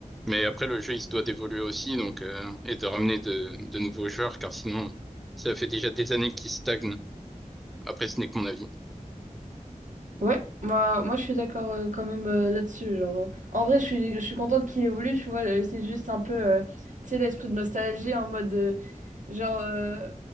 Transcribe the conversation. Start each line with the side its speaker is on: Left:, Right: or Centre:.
Centre: mais après, le jeu, il se doit d'évoluer aussi, donc euh, et de ramener de, de nouveaux joueurs, car sinon, ça fait déjà des années qu'il stagne. Après, ce n'est que mon avis.
Right: Ouais, moi, moi je suis d'accord euh, quand même euh, là-dessus. Genre, euh, en vrai, je suis, je suis contente qu'il évolue, tu vois, euh, c'est juste un peu, euh, tu sais, l'esprit de nostalgie en mode, euh, genre, euh,